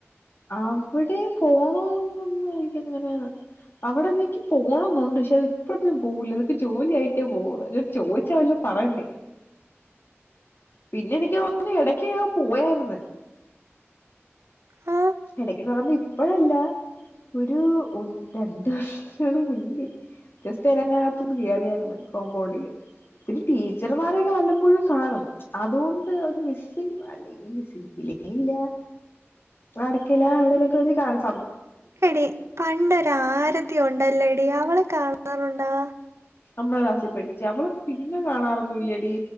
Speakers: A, on the left (about 50°); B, on the right (about 70°).
A: അവിടെ പോണുന്നൊന്നു എനിക്ക് ഇങ്ങനെ അവിടെന്നനിക്ക് പോകണന്നുണ്ട് പക്ഷെ അത് ഇപ്പ ഞാൻ പോകൂല ഇതൊക്ക് ജോലി ആയിട്ടേ പോകണ ചോദിച്ചല്ലോ പറയണ്ടേ പിന്നെ എനിക്ക് തോന്നി ഇടക്ക് ഞാൻ പോയാരുന്ന്
B: ആ
A: ഇടയ്ക്ക്ന്ന് പറയുമ്പോ ഇപ്പഴല്ല ഒരു ഒ രണ്ടു വർഷത്തിലങ്ങാണ് മുന്നേ ജസ്റ്റ് അതികത്തുന്ന് കയറിയായിരുന്നു കോമ്പൗണ്ടില് പിന്നെ ടീച്ചർമാരൊക്കെ വല്ലപ്പോഴും കാണും അതുകൊണ്ട് ഒരു മിസ്സിംഗ അല്ലെങ്കലും മിസ്സി- ല്ല നടക്കല അവിടെലൊക്കെ വച്ച് കാണ-
B: എടി പണ്ടൊരു ആരതി ഉണ്ടല്ലോടി അവളെ കാണാറുണ്ടാ
A: നമ്മടെ ക്ലാസ്സിൽ പഠിച്ചേ അവളെ പിന്നെ കാണാറൊന്നുമില്ലടി